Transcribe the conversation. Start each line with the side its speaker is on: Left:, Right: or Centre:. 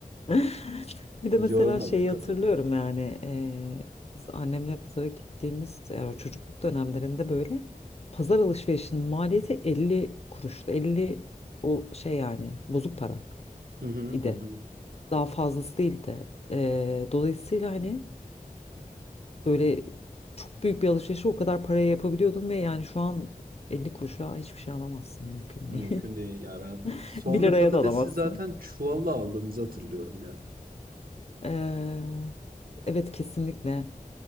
Left: <laughs> Bir de
Right: Yorma
Left: mesela şeyi
Right: be kadın.
Left: hatırlıyorum yani. eee, biz annemle pazara gittiğimiz yani o çocukluk dönemlerinde böyle pazar alışverişinin maliyeti 50 kuruştu. 50 o şey yani bozuk para
Right: Hı hı
Left: idi.
Right: hı hı.
Left: Daha fazlası değildi. Eee, dolayısıyla hani Böyle çok büyük bir alışverişi o kadar paraya yapabiliyordun ve yani şu an 50 kuruşa hiçbir şey alamazsın mümkün
Right: Mümkün
Left: değil.
Right: değil ya ben.
Left: <laughs>
Right: Soğanı
Left: bir liraya
Right: patatesi
Left: da alamazsın.
Right: zaten çuvalla aldığımızı hatırlıyorum ya.
Left: Ee, evet kesinlikle.